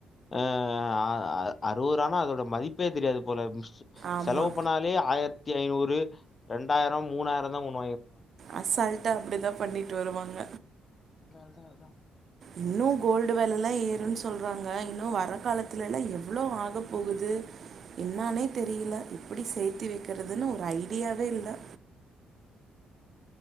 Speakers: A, on the left; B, on the right.
A: ஆ ஆ அறுவதுருவான அதோட மதிப்பே தெரியாது போல
B: ஆமா
A: செலவு பன்னாலே ஆயிரத் ரத்துஐநூறு இரண்டாயிரம் மூணாயிரம் தான் ஒண
B: அசால்ட்டா அப்படிதான் பண்ணிட்டு வருவாங்க
A: அத அத அதான்
B: இன்னு கோல்டு வெலல்லாம் ஏறுன்னு சொல்றாங்க இன்னு வர காலத்துல எல்லாம் எவ்வளவு ஆக போகுது என்னானே தெரியல எப்படி சேர்த்தி வைக்கிறதுன்னு ஒரு ஐடியாவே இல்லை